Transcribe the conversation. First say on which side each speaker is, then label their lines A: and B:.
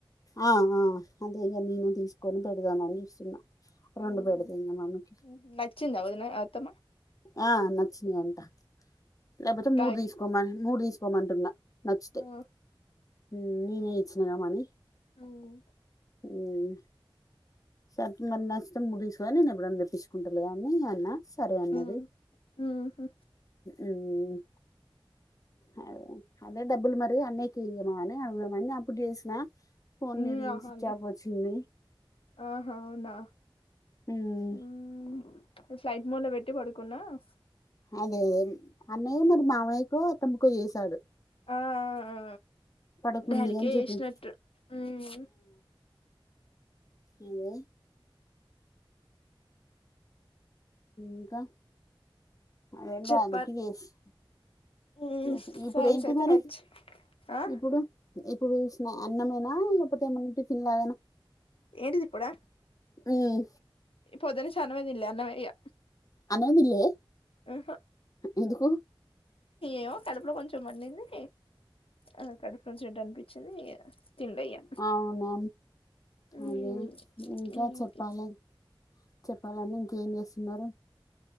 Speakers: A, on the left; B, on the left.
A: ఆ ఆ అంతే గా నేను తీసుకొని పెడదామని చూస్తున్నా రెండు
B: ఉహు
A: పెడతా ఇంకా మమ్మీకి
B: ఉహు వచ్చిందా వదిన అత్తమ్మా
A: ఆ నచ్చిదంట లేకపోతే మూడు
B: కాయ్
A: తీసుకోమని మూడు తీసుకో కోమంటున్నా నచ్చతే
B: ఆ
A: ఉమ్ నేనే చిన్నగా మాని
B: ఉమ్
A: ఉమ్ స మ నష్టం ముగిసు కొని నేను ఎప్పుడనా తెప్పించుకుంటలే అన్న అన్న సరే అన్నది
B: ఉమ్ ఉహు
A: ఉమ్ అదే అదే డబ్బులు మరి అన్నయకి ఇయనా అని అడుగుదామని అప్పుడు చేసినా పోన్
B: ఉమ్
A: చేపించి
B: ఆహాలే ఆహా
A: స్విచ్
B: అండి.
A: ఆఫ్ వచ్చింది
B: ఆహా, అవునా
A: అమ్
B: ఉమ్ ఫ్లైట్ మోడ్ లో పెట్టి పడుకున్నా ఆ
A: అదే అదే అన్నయ్యో మరి మామయ్యకో అతమ్మ కో చేశాడు
B: ఆ ఆ ఆ
A: పడుకుంది
B: దానికే
A: అని చెప్పి
B: వేసినట్టు ఉమ్
A: ఏందే ఇంకా అదేం
B: చెప్పాలి
A: దానికి చేస్త
B: ఉమ్
A: చే ఇప్పుడు
B: సారీస్
A: ఏంటి
B: అయితే
A: మరి
B: నచ్చి ఆ
A: ఇప్పుడు ఇప్పుడు చూసిన అన్నమేనా ఇ పతేమ చిల్లాదా
B: ఏంటిది ఇప్పుడా
A: మ్మ్
B: పొద్దున్నుంచి అన్నమే తిన్నాలా అన్నమే ఇక
A: అన్నం తిన్నా లే
B: ఆహా
A: ఎందుకు
B: ఏమో కడపలో కొంచెం మండింది ఆ కడపలో నుంచిం ఏంట అనిపించింది తినలే ఇగ
A: అవునా
B: ఉమ్
A: అదే ఇంకా
B: ఉమ్
A: చెప్పాలి చెప్పాలని ఇంకేం చేస్త సున్నారున్నారు